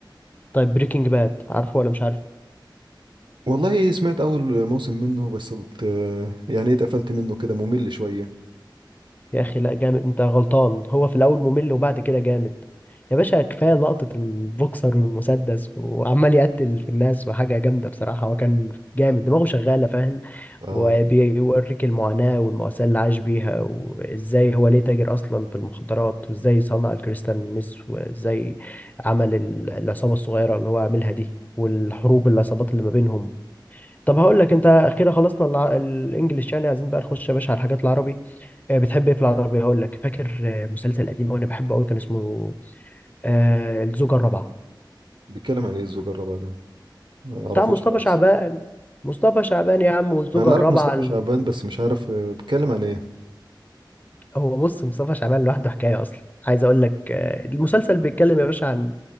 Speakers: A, on the left; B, on the right.
A: طيب بريكنج باد عارفه ولا مش عارفه؟
B: والله سمعت اول موسم منه بس ضد- يعني ايه اتقفلت منه كده ممل شويه
A: يا اخي لا جامد انت غلطان هو في الاول ممل وبعد كده جامد يا باشا كفايه لقطه البوكسر والمسدس وعمال يقتل في الناس وحاجه جامده بصراحه هو كان جامد دماغه شغاله فاهم
B: اه
A: وبيوريك المعاناه والمأساة اللي عاش بيها وازاي هو ليه تاجر اصلا في المخدرات وازاي صنع الكريستال ميس وازاي عمل ال- العصابه الصغيره اللي هو عاملها دي والحروب العصابات اللي ما بينهم طب هقول لك انت اخيرا خلصنا الع- الانجليش يعني عايزين بقى نخش يا باشا على الحاجات العربي آه، بتحب ايه في العربية هقول لك فاكر آه، مسلسل قديم قوي انا بحبه قوي كان اسمه آه، الزوجة الرابعة
B: بيتكلم عن ايه الزجرة بقى ده ما اعرفوش
A: بتاع مصطفى
B: خالص
A: شعبان مصطفى شعبان يا عم والزوجة
B: انا عارف
A: الرابعة
B: مصطفى
A: ال-
B: شعبان بس مش عارف آه، بيتكلم عن ايه
A: هو بص مصطفى شعبان لوحده حكاية اصلا عايز اقول لك آه، المسلسل بيتكلم يا باشا عن